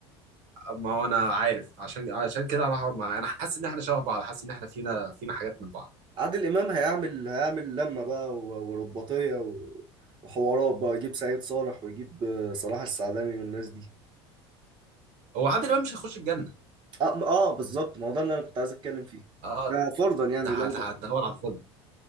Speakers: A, on the right; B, on the right.
A: ما هو انا عارف عشان عشان كده هروح اقعد معاه انا حاسس ان احنا شبه بعض حاسس ان احنا فينا فينا حاجات من بعض
B: عادل امام هيعمل هيعمل لمه بقى و- ورباطيه و- وحوارات بقى يجيب سعيد صالح ويجيب آه، صلاح السعداني والناس دي
A: هو عادل امام مش هيخش الجنه
B: اه, م- آه بالظبط ما هو ده اللي انا كنت عايز اتكلم فيه
A: اه
B: يعني فرضا يعني
A: انت
B: لو دخل
A: هتدور على الفاضي